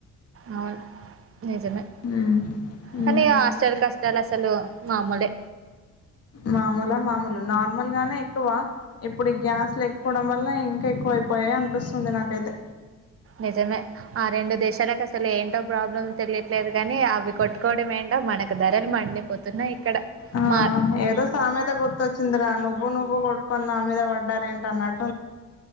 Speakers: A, on the right; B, on the left.
A: అవును నిజమే
B: ఉమ్
A: కనీ
B: ఉమ్
A: హస్టల్ కష్టాలు అసలు మామూలే
B: మామూలా మామూలు నార్మల్ గానే ఎక్కువ ఇప్పుడు గ్యాస్ లేకపోవడం వల్ల ఇంకా ఎక్కువయిపోయాయి అనిపిస్తుంది నాకైతే
A: నిజమే ఆ రెండు దేశాలకు అసలు ఏంటో ప్రాబ్లం తెలియట్లేదు గానీ అవి కొట్టుకోవడం ఏంటో మనకు ధరలు మండిపోతున్నాయి ఇక్కడ
B: ఆ
A: మార్
B: ఏదో సామెత గుర్త వచ్చింద్ర నువ్వు నువ్వు కొట్కొ నా మీద ధర ఎంతన్నాడ్